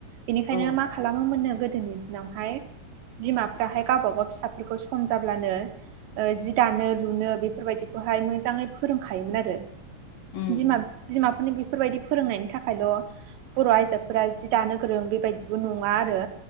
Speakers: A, on the right; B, on the left.
A: बेनिखायनो
B: औ
A: मा खालामो खालामो मोननो गोदोनि दिनावहाय बिमाफ्राहाय गावबागाव फिसाफोरखौ सम जाब्लानो जि दानो लुनो बेफोरबायदिखौहाय मोजाङै फोरोंखायोमोन आरो
B: उम
A: बिमा
B: उम
A: बिमाफोरनि बेफोरबायदि फोरोंनायनि थाखायल' बर' आयजोफोरा जि दानो गोरों बेबायदिबो नङा आरो